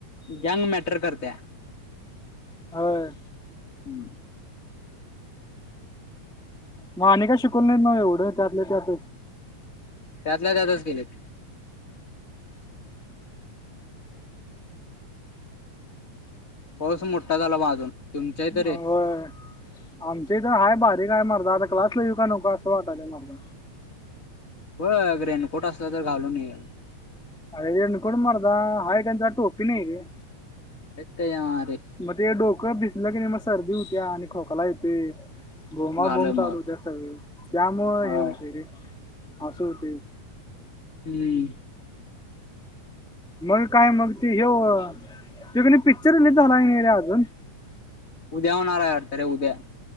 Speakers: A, on the left; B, in the centre.
A: गॅंग मॅटर करती या
B: होय
A: हम्म
B: मग आणि काय शिकून नाहीत ना एवढं त्यातले त्यात
A: त्यातल्या त्याातच गेलेत. पाऊस मोठा झाला बग अजून तुमच्या
B: अ..
A: इथं रे
B: होय आमच्या इथं हाय बारीक हाय मर्दा आता क्लासला येऊ का नको असं वाटाईयलं मर्दा
A: ब.. घ रेनकोट असला तर घालून येत.
B: रेनकोट म.. र्दा हाय त्याला टोपी नई है.
A: हे त्याझ्या मारी.
B: मग ते डोकं भिजलं की नय सर्दी होत्या, खोकला येतोय. बोंबाबोंब
A: झालं मग
B: चालू होतंय सगळे, त्यामुळे
A: होय
B: हे होत आहे रे.. असं होतंय.
A: हम्म
B: मग काय मग ती ह्यो <unintelligible> पिक्चर रिलीज झालाय रे अजून?
A: उद्या होणार वाटतंय उद्या